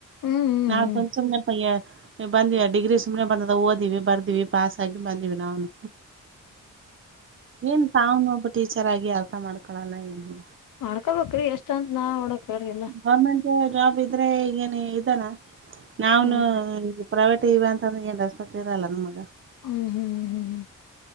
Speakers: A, on the left (about 75°); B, on the right (about 40°).
A: ಹ್ಮ್ ಹ್ಮ್
B: ನಾವು
A: ಹ್ಮ್ ಹ್ಮ್
B: ಸುಮ್ಮ್ ಸುಮನೆ ಪಯ್ಯಾರ್ ಬಂದಿವ ಡಿಗ್ರಿ ಸುಮನೆ ಬಂದದ ಓದಿವವಿ ಬರ್ದಿವವಿ ಪಾಸ್ ಆಗಿ ಬಂದಿವವಿ ನಾನು ಏನ್ ತಾವನ್ ಒಬ್ಬ ಟೀಚರ್ ಆಗಿ ಅರ್ಥ ಮಾಡ್ಕೊಳಲ್ಲ ಏನಿಲ್ಲ
A: ಮಾಡ್ಕೋಬ್ರಿ ಎಷ್ಟಂತ ನಾ ನಡಕ್ರ ಎಲ್ಲ
B: ಗೌರ್ಮೆಂಟ್ ಜಾಬ್ ಇದ್ರೆ ಈಗಏನ್ ಇದಲ್ಲ ನಾವ್ನು
A: ಹ್ಮ್
B: ಈ ಪ್ರೈವೇಟ್ ಇವ ಅಂತಂದ್ರೆ ಏನ್ ಹೊತ್ತರ ಅಲ್ಲ ನ ಮಗ
A: ಹ್ಮ್ ಹ್ಮ್ ಹ್ಮ್ ಹ್ಮ್